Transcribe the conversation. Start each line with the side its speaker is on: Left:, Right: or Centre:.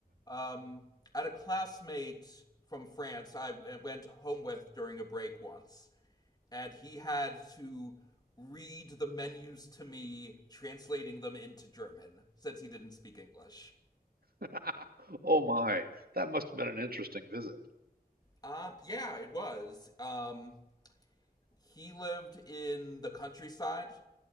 Left: um, had a classmate from France I went home with during a break once, and he had to read the menus to me, translating them into German since he didn't speak English.
Right: <laughs> Oh my, that must have been an interesting visit.
Left: Um, yeah, it was. Um, he lived in the countryside